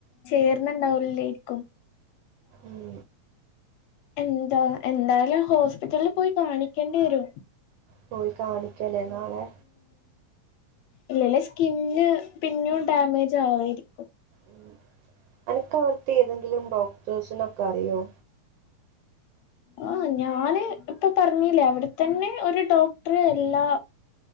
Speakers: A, on the left; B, on the right.
A: ചേര്ണ് ണ്ടാവലല്ലേയിരിക്കും.
B: ഉം
A: എന്താ എന്തായാലു ഹോസ്പിറ്റലിൽ പോയി കാണിക്കേണ്ടി വെരും.
B: പോയി കാണിക്കല്ലേ നാളെ.
A: ഇല്ലല്ലെ സ്കിന്ന് പിന്നും ഡാമേജ് ആയിരിക്കും.
B: ഉം അനക്ക് അവിട്ത്തെ ഏതെങ്കിലും ഡോക്ടേഴ്സിനൊക്കെ അറിയോ?
A: ആ ഞാന് ഇപ്പൊ പറഞ്ഞില്ലേ അവിട്ത്തന്നെ ഒരു ഡോക്ടർ എല്ലാ